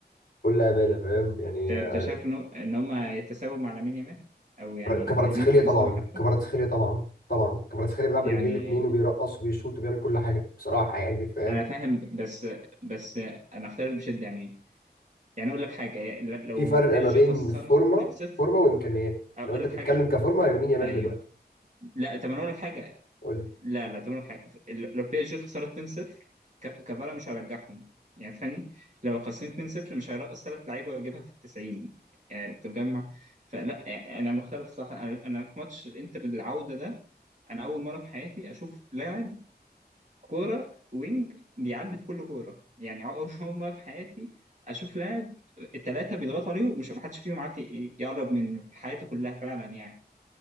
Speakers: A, on the left; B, on the right.
A: بكل امانه فاهم يعني
B: انت أنت
A: آه،
B: شايف ان إن هم يتساووا مع لامين يامال او يعني
A: كفاراتسخيليا
B: قريبين في
A: طبعا
B: مستوى حتى
A: كفاراتسخيليا طبعا طبعا كفاراتسخيليا بيلعب
B: يعني
A: برجليه الاثنين وبيرقص وبيشوط وبيعمل كل حاجه بصراحه يعني فاهم
B: انا فاهم بس بس انا اختلف بشدة يعني يعني اقول لك حاجة لو
A: في فرق
B: بي
A: ما
B: اس جي
A: بين
B: خسرنا
A: فورمه
B: 2-0
A: فورمه وامكانيات
B: اقول
A: لو انت
B: لك
A: بتتكلم
B: حاجه
A: كفورمه لامين يامال
B: ايوه
A: دلوقتي
B: لا طب انا اقول لك حاجه
A: قول لي
B: لا لا طب اقول لك حاجه لو بي اس جي خسرت 2-0 ك- كفارا مش هرجعهم يعني تفهمني لو خسرت 2-0 مش هيرقص ثلاث لعيبه ويجيبها في ال 90 يعني تجمع فلا يعني انا مختلف صح انا أنا في ماتش الانتر العوده ده انا اول مره في حياتي اشوف لاعب كوره وينج بيعدي في كل كوره يعني اول <laughs> أول مره في حياتي اشوف لاعب الثلاثه بيضغطوا عليه ومش محدش فيهم عارف ي- يقرب منه في حياته كلها فعلا يعني